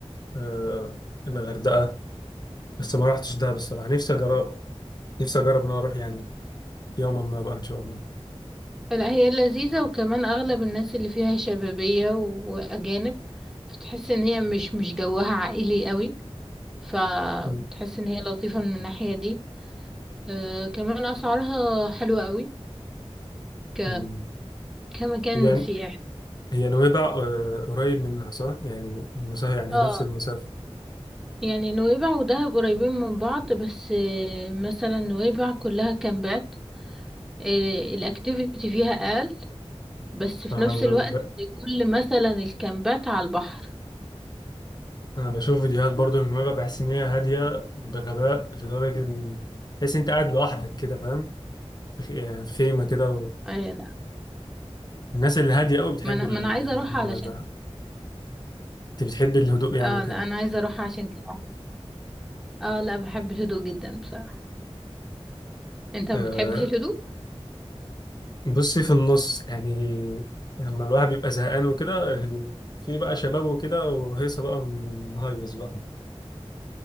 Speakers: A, on the left (about 40°); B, in the centre.
A: آه، الغردقة بس ما رحتش ده بصراحة نفسي أجرب نفسي أجرب إن أنا أروح يعني يوما ما بقى إن شاء الله
B: لا هي لذيذة وكمان اغلب الناس اللي فيها شبابية واجانب بتحس ان هي مش مش جوها عائلي قوي فبتحس
A: مم.
B: ان هي لطيفة من الناحية دي آه، كمان اسعارها حلوة قوي ك...
A: مم.
B: كمكان
A: هي
B: سياحي
A: هي نويبع آه، قريب منها صح؟ يعني المسافة يعني
B: اه
A: هي نفس المسافة
B: يعني نويبع ودهب قريبين من بعض بس آه، مثلا نويبع كلها كامبات آه، الاكتيفيتي فيها اقل بس في
A: أنا
B: نفس الوقت
A: ب... ب...
B: كل مثلا الكامبات على البحر
A: أنا بشوف فيديوهات برضو من نويبع بحس إن هي هادية بغباء لدرجة إن تحس إن أنت قاعد لوحدك كده فاهم؟ في خ- يعني في خيمة كده
B: آه، لا
A: والناس اللي هادية أوي بتحب
B: ما انا
A: ال-
B: ما انا عايزه اروح علشان
A: نويبع أنت بتحب الهدوء يعني
B: اه
A: وكده
B: لا انا عايزه اروح عشان كده اه لا بحب الهدوء جدا بصراحه انت ما
A: آه،
B: بتحبش الهدوء
A: بصي في النص يعني لما الواحد بيبقى زهقان وكده هدوء في بقى شباب وكده وهيصة بقى نهيص بقى